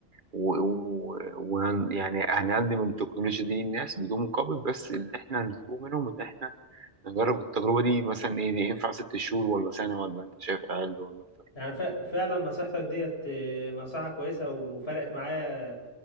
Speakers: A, on the right; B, on the left.
A: و... و... وهن... يعني هنقدم التكنولوجيا دي للناس بدون مقابل بس اللي احنا هنطلبه منهم ان احنا نجرب التجربة دي مثلا ايه دي ينفع ست شهور ولا سنة ولا انت شايف اقل ولا اكتر
B: يعني ف- فعلا نصيحتك ديت آه، نصيحة كويسة وفرقت معايا